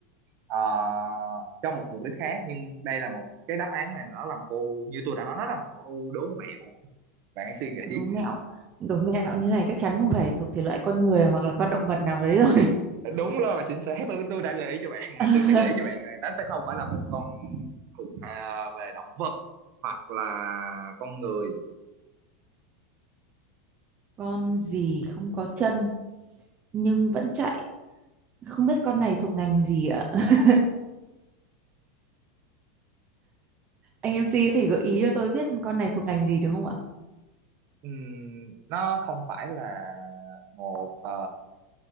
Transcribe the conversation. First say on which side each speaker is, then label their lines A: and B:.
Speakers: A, on the right; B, on the right.
A: ờ, cho một mục đích khác nhưng đây là một cái đáp án này nó làm cô như tôi đã nói nó là một cô đố mẹo bạn hãy suy nghĩ
B: con đố mẹo. Đố mẹo như này chắc chắn không phải thuộc thể loại con người hoặc là con động vật nào đấy rồi.
A: đúng rồi chính xác tôi tôi đã gợi ý cho bạn
B: <laughs>
A: tôi sẽ gợi ý cho bạn này nó sẽ không phải là một con khủng à, về động vật hoặc là con người
B: Con gì không có chân nhưng vẫn chạy. Không biết con này thuộc ngành gì ạ? <laughs> Anh em MC có thể gợi ý cho tôi biết con này thuộc ngành gì được không ạ?
A: Ừm, nó không phải là một ờ,